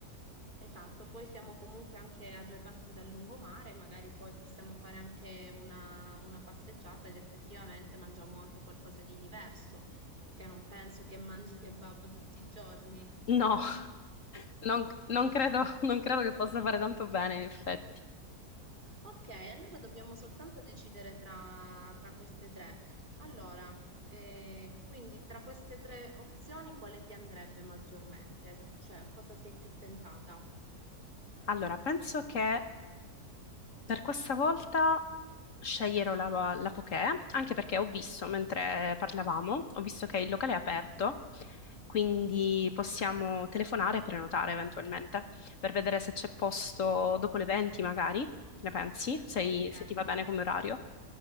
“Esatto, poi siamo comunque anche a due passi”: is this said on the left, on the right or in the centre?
Right